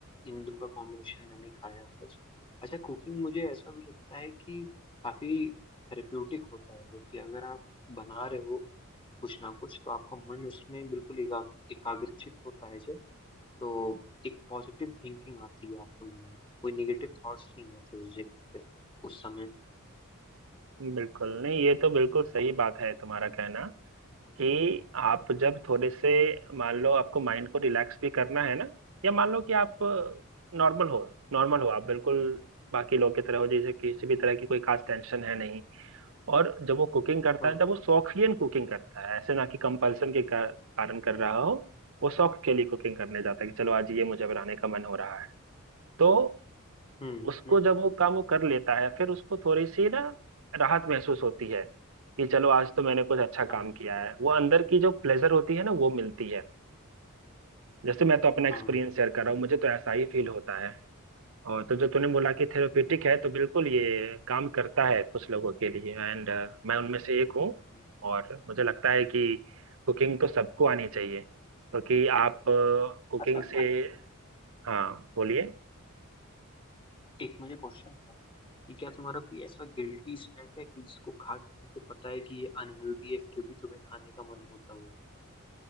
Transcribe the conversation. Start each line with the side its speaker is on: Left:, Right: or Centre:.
Left: इन दो का कॉम्बिनेशन मैंने खाया आज अच्छा कुकिंग मुझे ऐसा भी लगता है कि काफी थेरेप्यूटिक होता है वो कि अगर आप बना रहे हो कुछ ना कुछ तो आपका मन उसमें बिल्कुल एका- एकाग्रचित होता है जब तो एक पॉजिटिव थिंकिंग आती है आपके मन में कोई निगेटिव थॉट्स नहीं आते उस जगह पे उस समय
Right: बिल्कुल नहीं ये तो बिल्कुल सही बात है तुम्हारा कहना कि आप जब थोड़े से मान लो आपको माइंड को रिलैक्स भी करना है ना या मान लो कि आप नॉर्मल हो नॉर्मल हो आप बिल्कुल बाकी लोग की तरह हो जैसे किसी भी तरह की कोई खास टेंशन है नहीं और जब वो कुकिंग करता
Left: हाँ
Right: है तब वो शौकियन कुकिंग करता है ऐसे ना कि कंपल्सन के का- कारण कर रहा हो वो शौक के लिए कुकिंग करने जाता है कि चलो आज ये मुझे बनाने का मन हो रहा है तो
Left: हम्म
Right: उसको
Left: हम्म
Right: जब वो काम वो कर लेता है फिर उसको थोड़ी सी ना राहत महसूस होती है कि चलो आज तो मैंने कुछ अच्छा
Left: हाँ
Right: काम किया है वो अंदर की जो प्लेजर होती है ना वो मिलती है जैसे मैं तो अपना
Left: हाँ
Right: एक्सपीरियंस शेयर कर रहा हूँ मुझे तो ऐसा ही फील होता है और तो जो तूने बोला कि थेरेपेटिक है तो बिल्कुल ये काम करता है कुछ लोगों के लिए एंड मैं उनमें से एक हूँ
Left: हाँ।
Right: और मुझे लगता है कि कुकिंग तो सबको आनी चाहिए क्योंकि आप कुकिंग
Left: अच्छा
Right: से
Left: अ-
Right: हाँ बोलिए
Left: एक मुझे क्वेश्चन था कि क्या तुम्हारा कोई ऐसा गिल्टी स्नैक है कि जिसको खा के तुमको पता है कि ये अनहेल्दी है फिर भी तुम्हें खाने का मन होता हो